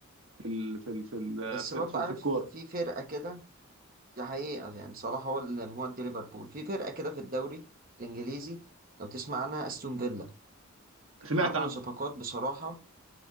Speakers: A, on the right; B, on the right.
A: في ال في ال في ال
B: بس
A: في,
B: برضه
A: ال في,
B: عارف
A: في الكورة
B: في فرقه كده دي حقيقه يعني صلاح هو اللي مودي ليفربول في فرقه كده في الدوري الانجليزي لو تسمع عنها استون فيلا
A: سمعت
B: عامله
A: عنه
B: صفقات بصراحه